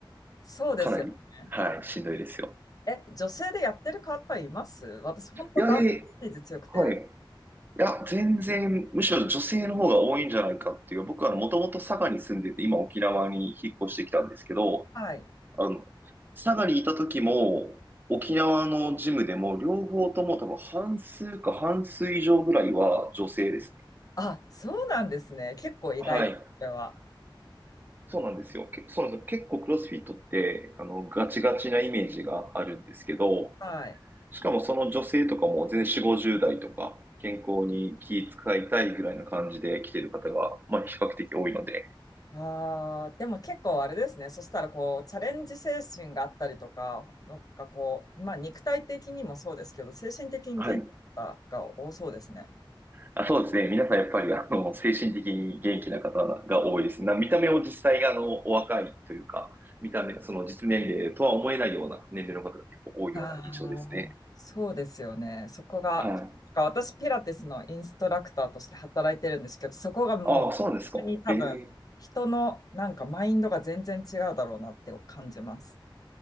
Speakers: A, on the left; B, on the right.
A: そうですよね。
B: かなり、はい、しんどいですよ。
A: え、女性でやってる方います私、本当ダンスイメージ強くて。
B: いや、えーはい。いや、全然、むしろ女性の方が多いんじゃないかっていう。僕はもともと佐賀に住んでて、今沖縄に引っ越してきたんですけど、
A: はい。
B: あの、佐賀にいた時も、沖縄のジムでも、両方とも多分半数か半数以上ぐらいは女性ですね。
A: あ、そうなんですね。結構意外です、
B: はい。
A: それは。
B: そうなんですよ。けそうなんですよ。結構クロスフィットって、あの、ガチガチなイメージがあるんですけど、
A: はい。
B: しかもその女性とかも全然4、50代とか、健康に気使いたいぐらいな感じで来てる方が、まあ比較的多いので、
A: ああ、でも結構あれですね。そしたらこう、チャレンジ精神があったりとか、なんかこう、まあ肉体的にもそうですけど、精神的に元気が多そうですね。
B: はい。あ、そうですね。皆さんやっぱり、あの、精神的に元気な方が多いですね。な見た目を実際、あの、お若いというか、見た目、その実年齢とは思えないような年齢の方が結構多いような印象ですね。
A: ああ、そうですよね。そこが、
B: はい。
A: なんか私ピラティスのインストラクターとして働いてるんですけど、そこがもう、
B: ああ、
A: 本当に多分、
B: そうなんですか。ええ。
A: 人のなんかマインドが全然違うだろうなって感じます。